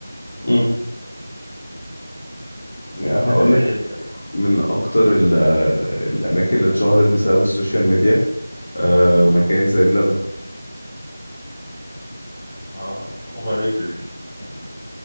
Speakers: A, on the left; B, in the centre.
A: امم يعني
B: فتخيل
A: هقول لك
B: انت بقى
A: من اكتر ال- آه، الاماكن اللي اتشهرت بسبب السوشيال ميديا آه، مكان زي بلبن
B: اه اوفر ريتد المكان ده